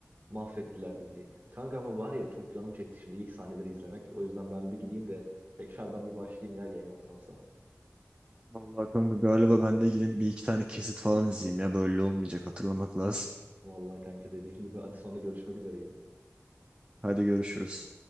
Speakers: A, on the right; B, on the right.
A: mahvettiler diziyi. Kanka ama var ya çok canım çekti şimdi ilk sahneleri izlemek. O yüzden ben bir gideyim de Tekrardan bir başlayayım ya Game of Thrones'a.
B: Vallahi kanka galiba ben de gideyim bir iki tane kesit falan izleyeyim ya. Böyle olmayacak hatırlamak lazım.
A: Vallahi kanka dediğin gibi. Hadi sonra görüşmek üzere yine.
B: Hadi görüşürüz.